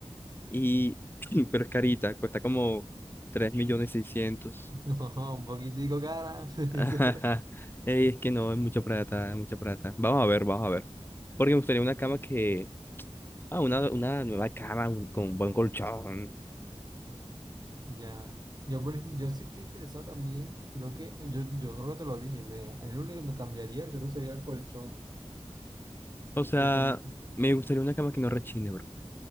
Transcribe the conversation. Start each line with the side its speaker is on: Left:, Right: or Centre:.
Left: Y, <clears throat> pero es carita, cuesta como 3 millones seiscientos
Right: <laughs> No, un poquitico cara. <laughs>
Left: <laughs> Ey, es que no, es mucha plata, es mucha plata. Vamos a ver, vamos a ver. Porque me gustaría una cama que... Ah, una, una nueva cama un- con buen colchón.
Right: Ya. Yo, por ejemplo, yo sí estoy interesado también. Creo que, yo, yo creo que te lo dije. Me, el único que me cambiaría creo que sería el colchón.
Left: O sea,
Right: Creo que mi-
Left: me gustaría una cama que no rechine,